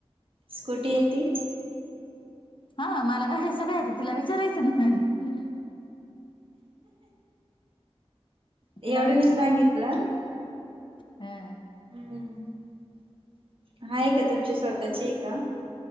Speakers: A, on the right; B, on the left.
A: स्कुटी येती
B: हा मला गाड्या सगळ्या यत्या तिला विचारायचं ना.
A: एवढं
B: तिला माहिती
A: नाही सांगितलं
B: आहे.
A: हा.
B: हा
A: हम्म हाय आहे का तुमची स्वतःची हे का?